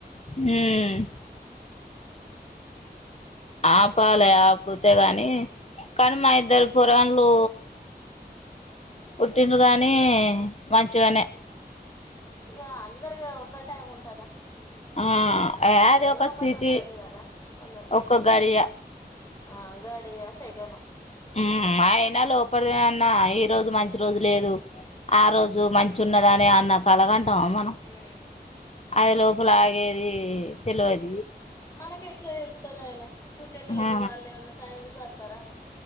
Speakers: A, on the left; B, on the left.
A: ఉమ్ ఆ
B: అట్లా
A: పాలె ఆ పోతే గాని కర్మ ఇద్దారుపో దాన్లో పుట్టిండు కానీ మంచిగానే
B: ఇక అందరిగా ఒక టైమ్ ఉంటదా
A: ఆ య అది
B: ఏదో
A: ఒక
B: ఒకటి
A: స్థితి
B: ఉంటది కదా కొందరికి
A: ఒక గడియా
B: ఆ గడియా సేకను
A: ఉమ్ అయినా లోపటిదే అన్నా ఈ రోజు మంచి రోజు లేదు ఆ రోజు మంచి ఉన్నదాని అన్న కలగన్ రామ్ అను
B: ఉమ్
A: అది లోపల ఆగేది తెలివదు
B: మనకు ఎట్లా తెలుత్తది అయినా పుట్టేటోళ్ళలు
A: ఆ
B: వాళ్ళు ఏమన్నా టైం కు వ తరా